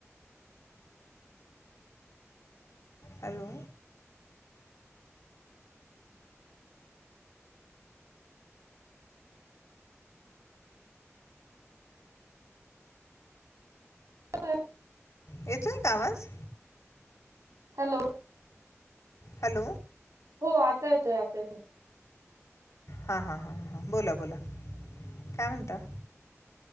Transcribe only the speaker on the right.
हो <unintelligible>
हॅलो.
हो आता येतोय आता येतोय.